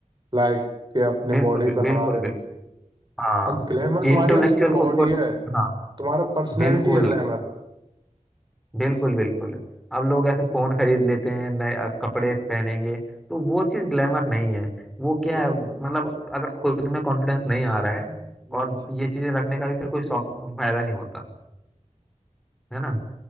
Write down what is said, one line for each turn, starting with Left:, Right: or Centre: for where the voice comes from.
Right: लाइक कि अपनी
Centre: बिल्कुल
Right: बॉडी पे
Centre: बिल्कुल
Right: लगा रहे हो
Centre: बिल्कुल हाँ
Right: और ग्लैमर तुम्हारी
Centre: इंटेलेक्चुअल
Right: असली बॉडी
Centre: खुद को
Right: है
Centre: हाँ
Right: तुम्हारा पर्सनैलिटी
Centre: बिल्कुल
Right: है ग्लैमर
Centre: बिल्कुल बिल्कुल अब लोग ऐसे फोन खरीद लेते हैं नए अ, कपड़े पहनेंगे तो वो चीज ग्लैमर नहीं है वो क्या
Right: हम्म
Centre: है मतलब अगर खुद में कॉन्फिडेंस नहीं आ रहा है
Right: हम्म
Centre: और ये चीजें रखने का भी फिर कोई शौक फायदा नहीं होता है ना